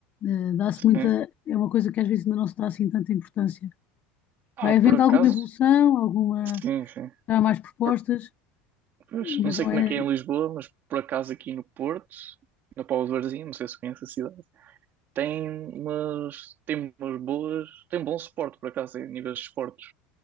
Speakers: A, on the left (about 35°); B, on the right (about 35°).
A: Eh, dá-se
B: Sim.
A: muita, é uma coisa que às vezes ainda não se dá assim tanta importância.
B: Ah,
A: Vai havendo
B: por acaso.
A: alguma evolução, alguma,
B: Sim, sim.
A: há mais propostas,
B: Por- pois,
A: mas
B: não sei
A: não
B: como
A: é,
B: é que é em Lisboa, mas por acaso aqui no Porto, na Póvoa de Varzim, não sei se conhece a cidade, tem umas, tem umas boas. Tem bom suporte, por acaso, em níveis de esportes.